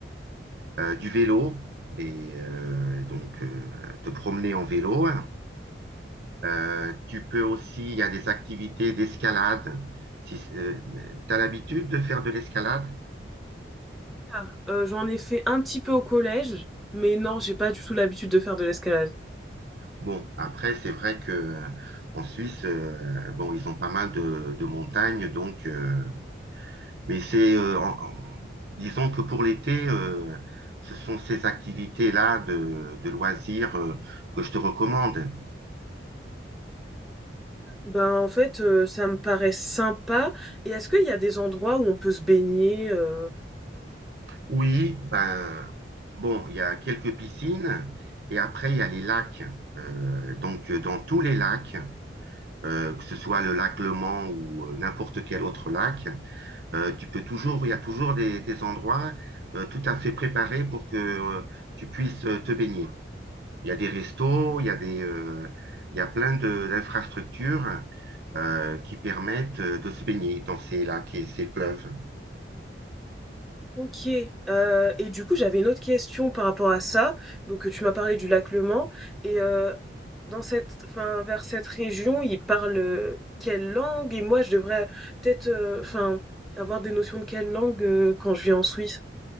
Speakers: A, on the right; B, in the centre.
A: euh, du vélo, des, euh, donc euh, te promener en vélo. Euh, tu peux aussi, il y a des activités d'escalade. Si, tu as l'habitude de faire de l'escalade?
B: Ah, euh, j'en ai fait un petit peu au collège, mais non j'ai pas du tout l'habitude de faire de l'escalade.
A: Bon, après, c'est vrai que euh, en Suisse, euh, bon, ils ont pas mal de, de montagnes, donc, euh, mais c'est, euh, en- en- disons que pour l'été, euh, ce sont ces activités-là de, de loisirs euh, que je te recommande.
B: Ben en fait euh, ça me paraît sympa, et est-ce qu'il y a des endroits où on peut se baigner? euh,
A: Oui, ben, bon, il y a quelques piscines et après, il y a les lacs. Euh, donc, euh, dans tous les lacs, euh, que ce soit le lac Le Mans ou euh, n'importe quel autre lac, Euh, tu peux toujours, il y a toujours des, des endroits euh, tout à fait préparés pour que euh, tu puisses euh, te baigner. Il y a des restos, il y a des, euh, il y a plein de- d'infrastructures euh, qui permettent euh, de se baigner dans ces lacs et ces fleuves.
B: Ok, euh, et du coup j'avais une autre question par rapport à ça. Donc tu m'as parlé du lac Le Mans et euh, dans cette, enfin vers cette région ils parlent euh, quelle langue et moi je devrais peut-être, euh, enfin avoir des notions de quelle langue euh, quand je vais en Suisse.